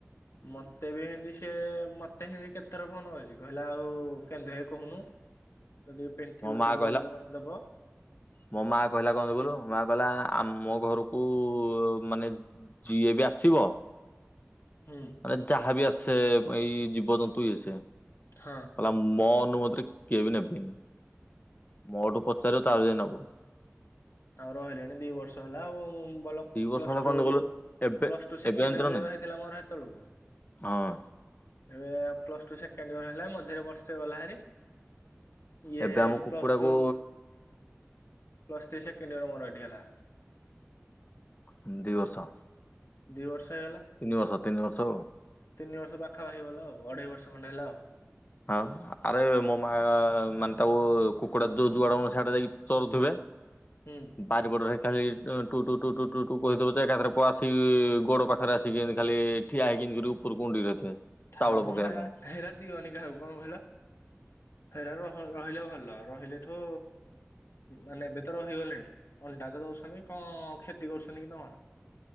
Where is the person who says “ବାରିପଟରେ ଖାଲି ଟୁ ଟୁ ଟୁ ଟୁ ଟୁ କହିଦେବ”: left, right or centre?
Left